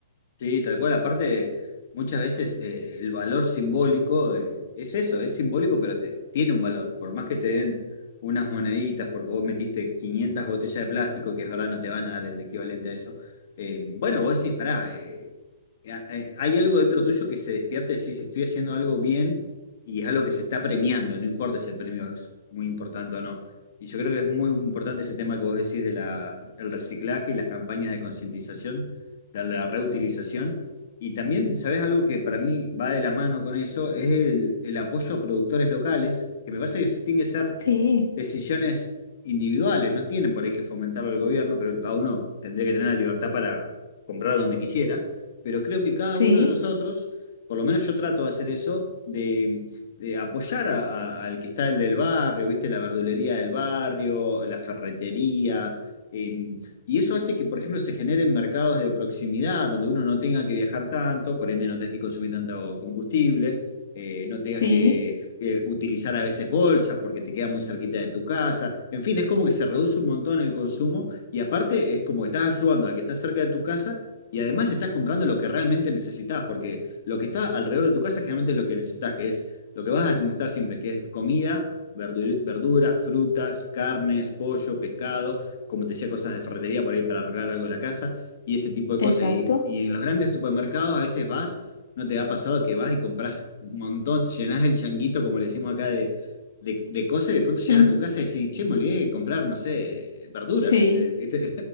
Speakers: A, on the left; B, on the left.
A: Sí, tal cual. Aparte, muchas veces eh, el valor simbólico eh, es eso, es simbólico, pero te- tiene un valor. Por más que te den unas moneditas, porque vos metiste 500 botellas de plástico, que es verdad, no te van a dar el equivalente a eso. eh, bueno, vos decís, pará, eh, eh, eh, hay algo dentro tuyo que se despierta y decís, estoy haciendo algo bien y es algo que se está premiando, no importa si el premio es muy importante o no. Y yo creo que es muy importante ese tema que vos decís de la, el reciclaje y las campañas de concientización de la reutilización. Y también, ¿sabes algo que para mí va de la mano con eso? Es el, el apoyo a productores locales, que me parece que tienen que ser
B: Sí,
A: decisiones individuales, no tienen por ahí que fomentarlo el gobierno, creo que cada uno tendría que tener la libertad para comprar donde quisiera, pero creo que cada
B: sí,
A: uno de nosotros, por lo menos yo trato de hacer eso, de, de apoyar a- a- al que está el del barrio, viste, la verdulería del barrio, la ferretería, eh, y eso hace que, por ejemplo, se generen mercados de proximidad, donde uno no tenga que viajar tanto, por ende no tengas que consumir tanto combustible, eh, no tengas
B: sí,
A: que eh, utilizar a veces bolsas porque te queda muy cerquita de tu casa. En fin, es como que se reduce un montón el consumo y aparte es como que estás ayudando al que está cerca de tu casa y además estás comprando lo que realmente necesitas, porque lo que está alrededor de tu casa generalmente es lo que necesitas, que es lo que vas a necesitar siempre, que es comida, verduras, frutas, carnes, pollo, pescado, como te decía, cosas de ferretería por ahí para arreglar algo de la casa y ese tipo de
B: exacto.
A: cosas. Y, y en los grandes supermercados a veces vas, no te ha pasado que vas y compras un montón, llenás el changuito, como le decimos acá, de, de, de cosas y de pronto
B: <laughs>
A: llegas
B: Ujú.
A: a tu casa y decís, che, me olvidé de comprar, no sé, verduras,
B: Sí,
A: eh, ¿viste?